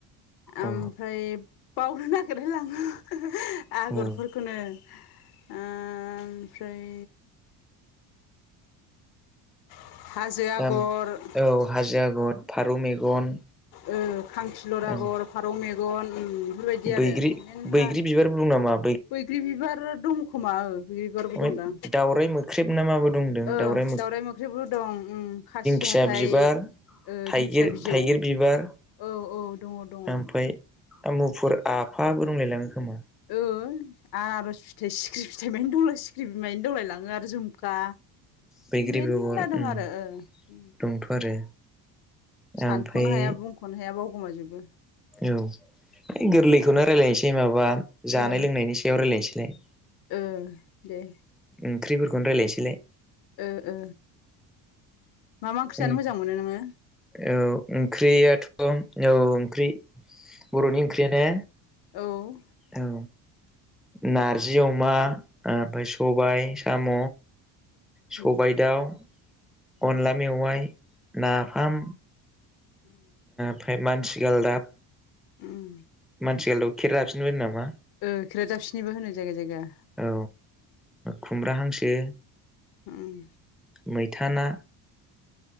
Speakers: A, on the left; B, in the centre.
A: ओमफ्राय
B: औ
A: बावनो नागिरलाय लाङो। आगरफोरखौनो
B: औ
A: ओमफ्राय <unintelligible> आगर
B: ओम औ हाजो आगर फारौ मेगन
A: ओ खांखिलर आगर
B: ओम
A: फारौ मेगन उम बेफोरबायदि आरो
B: बैग्रि
A: मेनला
B: बैग्रि बिबारबो दं नामा?
A: बैग्रि बिबार दंखोमा ओ बिबारबो
B: ओमफ्राय
A: दं दां
B: दावराइ मोख्रेब ना माबो दंदों
A: ओ
B: दावराइ
A: दावराय मोख्रेबबो दं उम खासि
B: खिया
A: हाथाइ
B: बिबार
A: ओ
B: थाइगिर-थाइगिर
A: दिंखिया बिजौ
B: बिबार
A: औ औ दङ दङ
B: ओमफाय द मुफुर आफाबो दंलायलाङो खोमा
A: ओ आनारज फिथाइ सिखिरि फिथाइ मानि दंलाय सिख्रि बिमायनि दौलाय लाङो आरो जुमखा
B: बैग्रि
A: मेलला
B: बेगर
A: दं
B: ओम
A: आरो ओ
B: दंथ' आरो
A: सानख'नो
B: ओमफ्राय
A: हाया बुंख'नो हाया बावगोमाजोबो
B: औ है गोरलैखौनो राइलायनोसै माबा जानाय
A: ओ
B: लोंनायनि सायाव राइलायनोसैलाय
A: ओ दे
B: ओंख्रिफोरखौनो राइलायनोसैलाय
A: ओ-ओ मा-मा ओंख्रि
B: उम
A: जानो मोजां मोनो नोङो
B: औ ओंख्रियाथ' औ ओंख्रि बर'नि ओंख्रि द ने
A: औ
B: औ नारजि अमा ओमफाय सबाय साम' सबाइ
A: उम
B: दाउ
A: उम
B: अनला मेवाइ नाफाम
A: <unintelligible>
B: ओमफाय मानथिगालदाब
A: उम
B: मानथि गालदाबखौ खेरा दाफिनिबो होनो नामा
A: ओ खेरादाफिनिबो होनो जायगा-जायगा
B: औ खुमब्रा हांसो
A: उम
B: मैथा ना